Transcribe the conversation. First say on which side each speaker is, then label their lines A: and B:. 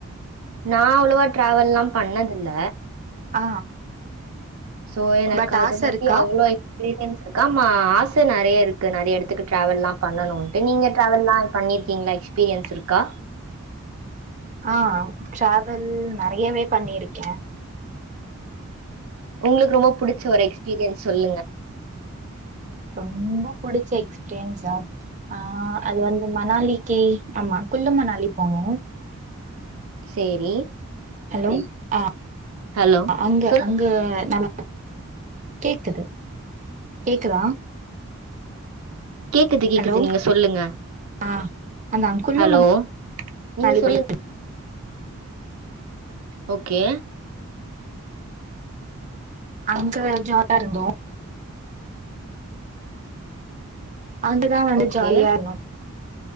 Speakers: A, on the right; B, on the right.
A: நா அவ்ளவா டிராவல்லா பண்ணதில்ல
B: ஆ
A: சோ எனக்கத
B: பட் ஆச
A: பத்தி
B: இருக்கா
A: அவ்ளோ ப்ரியன்ஸ் ஆமா ஆச நெறைய இருக்கு நெறைய இடத்துக்கு ட்ராவெல்லா பண்ணணுன்ட்டு நீங்க ட்ராவெல்லா பண்ணியிருக்கீங்ளா எக்ஸ்பீரியன்ஸ் இருக்கா
B: ஆ டிராவல் நெறையவே பண்ணிருக்கே
A: உங்ளுக்கு ரொம்ப புடிச்ச ஒரு எக்ஸ்பீரியன்ஸ் சொல்லுங்க
B: ரொம்ப புடிச்ச எக்ஸ்பீரியன்ஸா ஆ அது வந்து மணாலிக்கு ஆமா குல்லு மணாலி போனோ
A: சேரி
B: ஹலோ ஆ
A: ஹலோ
B: அங்க
A: சொல்
B: அங்க நல்லா கேக்குது கேக்குதா
A: கேக்குது கேக்குது
B: ஹலோ
A: நீங்க சொல்லுங்க
B: ஆ அந்த அங்குள்ளு
A: ஹலோ
B: மணாலி
A: நீங்க சொல்லுங்
B: போய்
A: ஓகே
B: அங்க ஜா லா இருந்தோ அங்க ளா வந்து
A: ஓகே
B: ஜாலியா இருந்தோ